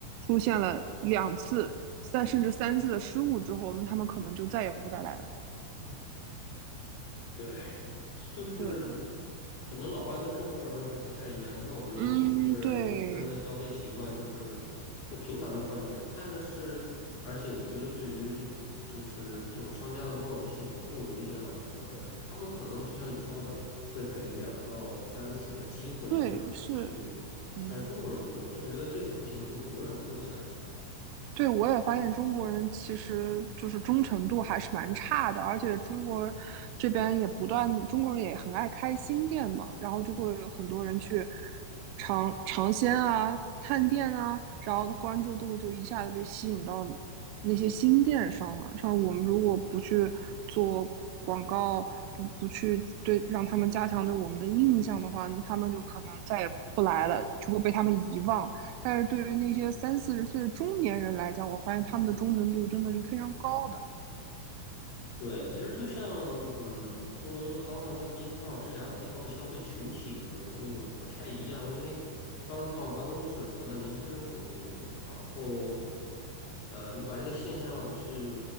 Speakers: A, on the right (about 85°); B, on the left (about 75°).
A: 出现了两次、三甚至三次的失误之后，那他们可能就再也不再来了。
B: 对，就是
A: 对，
B: 可能老外跟中国人还不太一样。你看，我们年中国人、
A: 嗯，对，
B: 年轻人的消费习惯就是会频繁的换店，但是而且我觉得对于就是这种商家的包容性也不如一些老外的客人，他们可能就像你说的，会给两到三次的机会，
A: 对，
B: 就是去，
A: 是，嗯。
B: 但是中国人不会，就觉得这次不行就永远不会有下一次。
A: 对，我也发现中国人其实就是忠诚度还是蛮差的，而且中国这边也不断，中国人也很爱开新店嘛，然后就会有很多人去尝尝鲜啊、探店啊，然后关注度就一下子被吸引到那些新店上了。像我们如果不去做广告，不不去对让他们加强对我们的印象的话，他们就可能再也不来了，就会被他们遗忘。但是对于那些三四十岁的中年人来讲，我发现他们的忠诚度真的是非常高的。
B: 对，其实就像嗯，多伦多的 downtown 跟 midtown 这两个地方的消费群体可能就不太一样，因为 downtown 办公室多，那年轻人肯定多。然后，呃，你把这个现象去